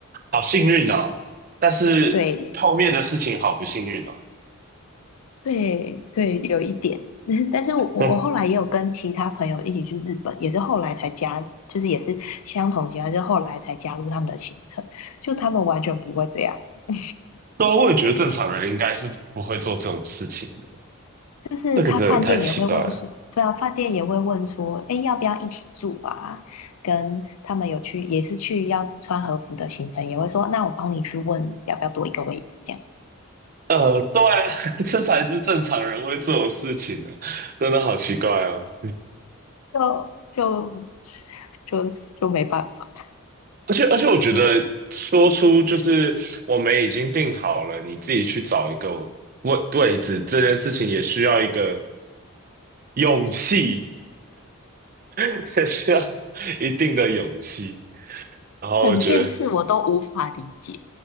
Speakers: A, on the right; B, on the left.
A: 好幸运哦！但是后面的事情好不幸运哦。
B: 对。对对，有一点，<laughs> 但是我我后来也有跟其他朋友一起去日本，
A: 嗯，
B: 也是后来才加，就是也是相同情况，就是后来才加入他们的行程，就他们完全不会这样，<laughs>
A: <laughs> 对啊，我也觉得正常人应该是不会做这种事情的，
B: 就是他饭店也会问说，
A: 这个真的太奇怪了。
B: 对啊，饭店也会问说，哎，要不要一起住啊？跟他们有去也是去要穿和服的行程，也会说，那我帮你去问要不要多一个位置，这样
A: 呃，对啊 <laughs> 这才是正常人会做的事情呢、真的好奇怪哦。
B: <laughs> 就就就就没办法。
A: 而且而且，我觉得说出就是我们已经定好了，你自己去找一个位位置，这件事情也需要一个勇气，<laughs> 也需要一定的勇气。然后我觉得。
B: 整件事我都无法理解，